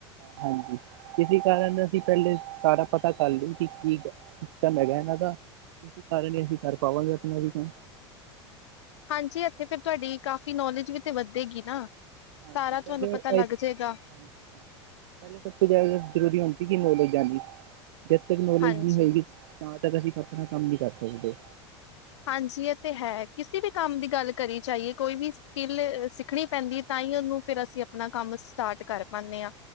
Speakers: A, on the right; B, on the left.
A: ਹਾਂਜੀ ਇਸੀ ਕਾਰਨ ਅਸੀਂ ਪਹਿਲੇ ਸਾਰਾ ਪਤਾ ਕਰ ਲਈ ਕਿ ਸਿਸਟਮ ਹੈਗਾ ਇਹਨਾਂ ਦਾ ਇਸ ਕਾਰਨ ਹੀ ਅਸੀਂ ਕਰ ਪਾਵਾਂਗੇ ਆਪਨਾ ਵੀ ਕੰਮ।
B: ਹਾਂਜੀ ਇੱਥੇ ਤੁਹਾਡੀ ਕਾਫ਼ੀ ਨੌਲੇਜ ਵੀ ਤੇ ਵੱਧੇਗੀ ਨਾ।
A: <inaudible> ਕੀ
B: ਸਾਰਾ ਤੁਹਾਨੂੰ ਪਤਾ ਲੱਗ ਜਾਏਗਾ
A: ਨੌਲੇਜ <unintelligible> ਜਦ ਤੱਕ ਨੌਲੇਜ
B: ਹਾਂਜੀ
A: ਨੀ ਹੋਏਗੀ ਤਾਂ ਤਦ ਆਪਣਾ ਕੰਮ ਨੀ ਕਰ ਸਕਦੇ।
B: ਹਾਂਜੀ ਇਹ ਤੇ ਹੈ ਕਿਸੇ ਵੀ ਕੰਮ ਦੀ ਗੱਲ ਕਰੀ ਜਾਈਏ ਕੋਈ ਵੀ ਸਕਿੱਲ ਸਿੱਖਣੀ ਪੈਂਦੀ ਤਾਂ ਹੀ ਉਹਨੂੰ ਫਿਰ ਅਸੀਂ ਆਪਣਾ ਕੰਮ ਸਟਾਰਟ ਕਰ ਪਾਨੇ ਆ।